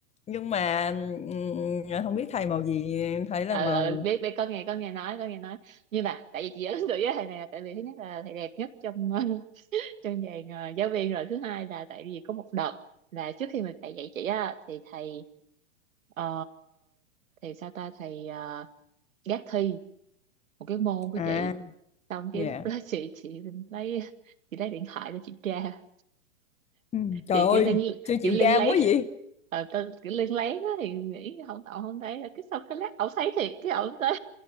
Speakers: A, on the left; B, on the right.
A: nhưng mà ừm, à, không biết thầy màu gì em thấy là
B: ừ
A: màu
B: ừ biết biết có nghe có nghe nói có nghe nói nhưng mà tại vì chị ấn tượng với thầy này là tại vì thứ nhất là thầy đẹp nhất trong <laughs> trong dàn ờ, giáo viên rồi thứ hai là tại vì có một đợt là trước khi mà thầy dạy chị á thì thầy ờ, thì sao ta thầy ờ, gác thi một cái môn của
A: à
B: chị xong cái
A: dạ
B: lúc đó chị chị lấy chị lấy điện thoại để chị tra
A: Ừ. trời
B: chị
A: ơi
B: kiểu lên
A: sao
B: kiểu
A: chị
B: lên
A: gan
B: lấy
A: quá vậy
B: ờ tao kiểu lên lấy á thì nghĩ không tao không thấy rồi cái xong cái lát ổng thấy thiệt cái ổng tới